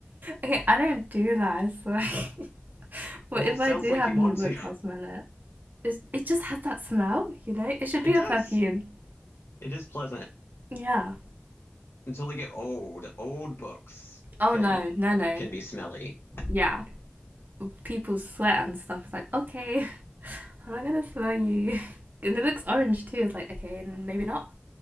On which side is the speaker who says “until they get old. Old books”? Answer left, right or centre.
Left